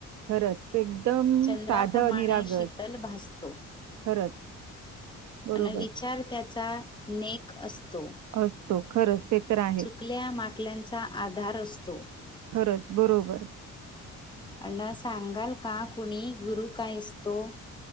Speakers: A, on the right; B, on the left.
A: खरंच एकदम
B: चंद्राप्रमाणे
A: साधं निरागस.
B: शीतल भासतो.
A: खरंच, बरोबर.
B: अनं विचार त्याचा नेक असतो.
A: असतो खरंच ते तर आहे.
B: क्ल्या माकल्यांचा आधार असतो.
A: खरच बरोबर.
B: आणा सांगाल का कुणी गुरु काय असतो?